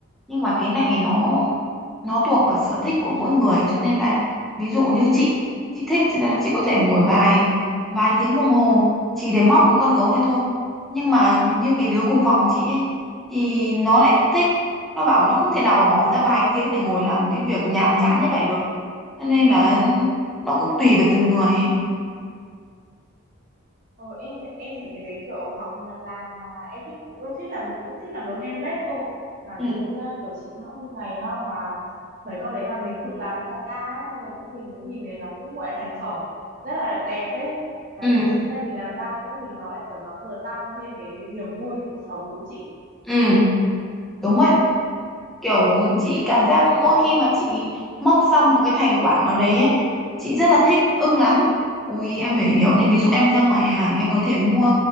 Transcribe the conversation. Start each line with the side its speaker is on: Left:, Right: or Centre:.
Centre: nhưng mà cái này nó nó thuộc vào sở thích của mỗi người cho nên là ví dụ như chị chị thích cho nên chị có thể ngồi vài vài tiếng đồng hồ chỉ để móc cái con gấu này thôi nhưng mà như cái đứa cùng phòng chị ấy thì nó lại không thích nó bảo nó không thể nào mà bỏ ra vài tiếng để ngồi làm cái việc nhàm chán như vậy được cho nên là nó cũng tùy vào từng người ấy
Right: Ờ, em thấy em thấy cái đấy kiểu họ mà làm mà em thích cũng em thích làm cũng thích làm đồ handmade cô mà
Centre: Ừ.
Right: ví dụ như kiểu chị móc như này á, mà mấy con đấy là mình tự làm ra ấy, xong rồi cũng mình cũng nhìn này nó cũng gọi là thành phẩm rất là đẹp ấy và
Centre: ừ
Right: chính tay mình làm ra nữa thì nó lại kiểu nó vừa tăng thêm cái niềm vui cho cuộc sống đúng không chị
Centre: ừ đúng vậy kiểu chị cảm giác mỗi khi mà chị móc xong một cái thành quả nào đấy ấy chị rất là thích ưng lắm ui em phải hiểu nha ví dụ em ra ngoài hàng em có thể mua